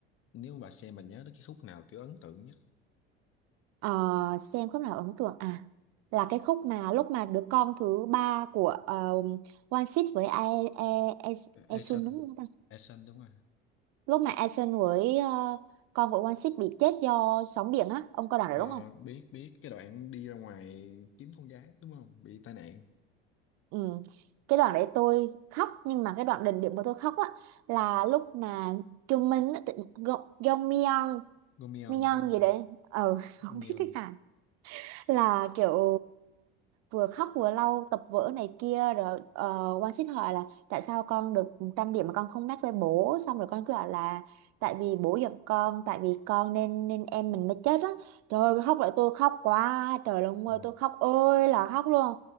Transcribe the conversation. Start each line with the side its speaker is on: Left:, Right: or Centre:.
Left: nếu bà xem bà nhớ đến cái khúc nào kiểu ấn tượng nhất
Right: Ờ, xem khúc nào ấn tượng à là cái khúc mà lúc mà đứa con thứ ba của uh, One Six với Ae Ae Ae Ae
Left: Eason
Right: Sun đúng không ta
Left: Eason đúng rồi
Right: lúc mà Asen với ờ, con của One Six bị chết do sóng biển á ông coi đoạn đấy
Left: Ờ,
Right: đúng không
Left: biết biết cái đoạn đi ra ngoài kiếm con gái đúng không bị tai nạn
Right: ừ. cái đoạn đấy tôi khóc nhưng mà cái đoạn đỉnh điểm mà tôi khóc á là lúc mà Trung Minh á, tự- Go Go Myeon
Left: Gomion
Right: Myeon
Left: đúng không?
Right: gì đấy ờ <laughs>
Left: Gomion
Right: không biết tiếng Hàn là kiểu vừa khóc vừa lau tập vở này kia rồi uh, One Sit hỏi là tại sao con được trăm điểm mà con không mét với bố xong rồi con cứ bảo là tại vì bố giận con tại vì con nên nên em mình mới chết á trời ơi khóc lại tôi khóc quá trời luôn
Left: ờ,
Right: ơi tôi khóc ơi là khóc luôn